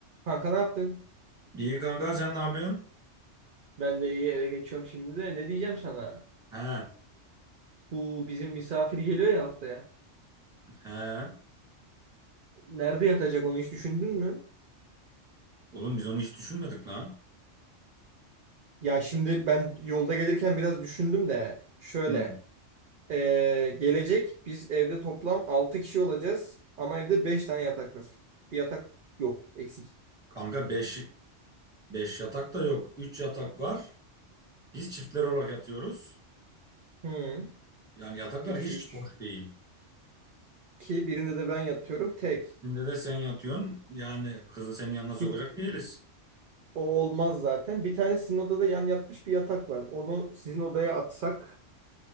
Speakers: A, on the right (about 55°); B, in the centre.
A: Kanka ne yaptın?
B: İyi kanka sen ne yapıyorsun?
A: Ben de iyi eve geçiyorum şimdi de. Ne diyeceğim sana?
B: He,
A: Bu bizim misafir geliyor ya haftaya.
B: he.
A: Nerede yatacak onu hiç düşündün mü?
B: Oğlum biz onu hiç düşünmedik lan.
A: Ya şimdi ben yolda gelirken biraz düşündüm de şöyle.
B: Hı.
A: eee, gelecek biz evde toplam 6 kişi olacağız ama evde 5 tane yatak var. Bir yatak yok eksik.
B: Kanka beş beş yatak da yok. üç yatak var. Biz çiftler olarak yatıyoruz.
A: Hmm,
B: Yani yataklar
A: 3
B: hiç
A: 3.
B: boş değil.
A: ki birinde de ben yatıyorum tek.
B: Şimdi de sen yatıyorsun. Yani kızı senin yanına sokacak
A: Bir,
B: değiliz.
A: o olmaz zaten. Bir tane sizin odada yan yatmış bir yatak var. Onu sizin odaya atsak